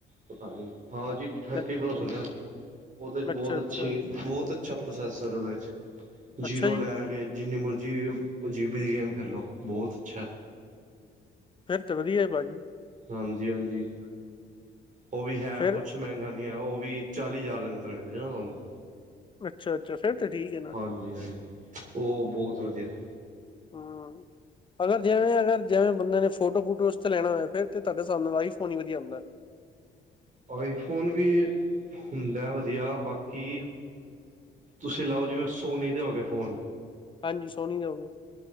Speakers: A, on the right; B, on the left.
A: ਪਤਾ ਨੀਂ। ਹਾਂ ਜੀ ਥਰਟੀ
B: ਅ-
A: ਪਲੱਸ ਹੋ ਰਿਹਾ ਸੀ ਉਹਦੇ '
B: ਅੱਛਾ
A: ਬਹੁਤ ਅੱਛੇ
B: ਅੱਛਾ
A: ਬਹੁਤ ਅੱਛਾ ਪ੍ਰੋਸੈਸ ਉਹਦੇ '
B: ਅੱਛਾ
A: ਜੀਰੋ
B: ਜੀ
A: ਲੈ ਕੇ ਜਿੰਨੀ ਮਰਜ਼ੀ <unintelligible> ਦੀ ਗੇਮ ਖੇਲੋ ਬਹੁਤ ਅੱਛਾ
B: ਫੇਰ ਚ ਵਧੀਆ ਹੈ ਭਾਜੀ
A: ਹਾਂਜੀ ਹਾਂਜੀ ਉਹ ਵੀ ਹੈ
B: ਫਿਰ
A: ਕੁਛ ਮਹਿੰਗਾ ਉਹ ਵੀ ਚਾਲੀ ਹਜ਼ਾਰ ਦੇ ਅੰਦਰ ਮਿਲ ਜਾਣਾ ਤੁਹਾਨੂੰ
B: ਅੱਛਾ ਅੱਛਾ, ਫਿਰ ਤੇ ਠੀਕ ਐ ਨਾਂ!
A: ਹਾਂਜੀ ਹਾਂਜੀ ਉਹ ਬਹੁਤ ਵਧੀਆ
B: ਹਾਂ। <unintelligible> ਅਗਰ ਜਿਵੇਂ ਅਗਰ ਜਿਵੇਂ ਬੰਦੇ ਨੇਂ ਫੋਟੋ ਫੂਟੋ ਵਾਸਤੇ ਲੈਣਾ ਹੋਇਆ, ਫਿਰ ਤੇ ਤਾਡੇ ਸਾਬ ਨਾਲ ਆਈਫੋਨ ਹੀ ਵਧੀਆ ਹੁੰਦਾ।
A: ਆਈਫੋਨ ਵੀ ਹੁੰਦਾ ਵਧੀਆ ਬਾਕੀ ਤੁਸੀਂ ਲਾਓ, ਜਿਵੇਂ ਸੋਨੀ ਦੇ ਹੋ ਗਏ ਫੋਨ
B: ਹਾਂਜੀ ਸੋਹਨੀ ਦੇ ਹੋਗੇ।